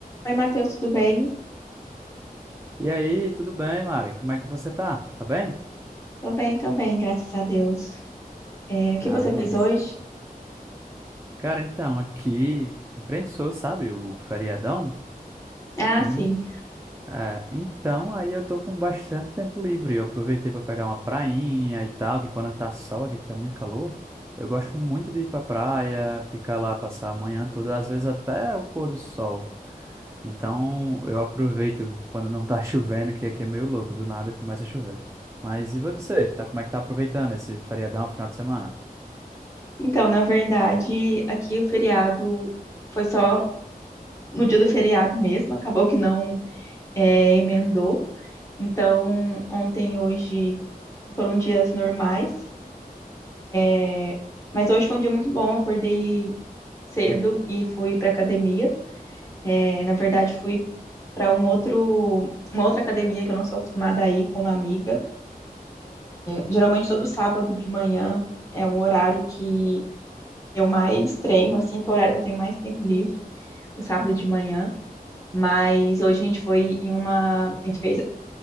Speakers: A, on the left; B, on the right.
A: Oi, Matheus, tudo bem?
B: E aí, tudo bem, Mari? Como é que você tá? Tá bem?
A: Tô bem também, graças a Deus. É, o que
B: Ah,
A: você
B: mas.
A: fez hoje?
B: Cara, então, aqui prensou, sabe, o feriadão.
A: Ah,
B: Em-
A: sim.
B: é, então, aí eu tô com bastante tempo livre. Eu aproveitei para pegar uma prainha e tal, que quando tá sol aqui tá muito calor. Eu gosto muito de ir pra praia, ficar lá, passar a manhã toda, às vezes até o pôr do sol. Então, eu aproveito quando não tá <laughs> chovendo, que aqui é meio louco, do nada começa a chover. Mas e você? Tá, como é que tá aproveitando esse feriadão, final de semana?
A: Então, na verdade, aqui o feriado foi só no dia do feriado mesmo, acabou que não é, emendou. Então, ontem e hoje foram dias normais, é, mas hoje foi um dia muito bom. Eu acordei cedo e fui pra academia. É, na verdade, fui para um outro, uma outra academia que eu não sou acostumada a ir com uma amiga. Geralmente todo sábado de manhã é o horário que eu mais treino, assim, que é o horário que eu tenho mais tempo livre, no sábado de manhã. Mas hoje a gente foi em uma, a gente fez